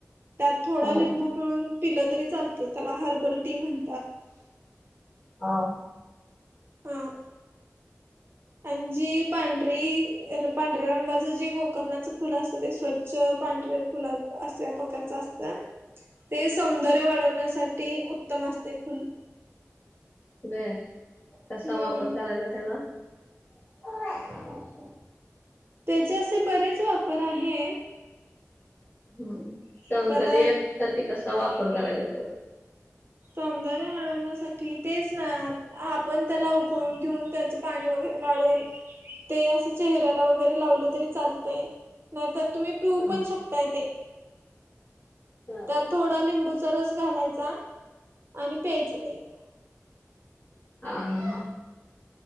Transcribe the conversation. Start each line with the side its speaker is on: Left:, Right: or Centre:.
Right: त्यात थोडा
Left: हा
Right: लिंबू पिळून पिलं तरी चाल त्याला हर्बल टी म्हण
Left: हो
Right: ह आणि जी पांढरी पांढऱ्या रंगाच जे गोकर्णाच फुल असत ते स्वच्छ पांढरे फुल अस्या प्रकारच असतं ते सौंदर्य वाढवण्यासाठी उत्तम असते फुल
Left: बर कसा
Right: हम्म
Left: वापर करायचा त्याचा <inaudible>
Right: त्याचे असे बरेच वापर आहेत
Left: हम्म सौंदर्य
Right: परत
Left: सा कसा वापर करायचा त्या
Right: सौंदर्य वाढवण्यासाठी तेच नाही आपण त्याला उकळून घेऊन त्याचं पाणी वगैरे काढून ते असं चेहऱ्याला वगैरे लावलं तरी चालतय नाहीतर तुम्ही पिऊ
Left: हम्म
Right: पण शकताय ते.
Left: हा
Right: त्यात थोडा लिंबूचा रस घालायचा आणि प्यायचं ते.
Left: हा हा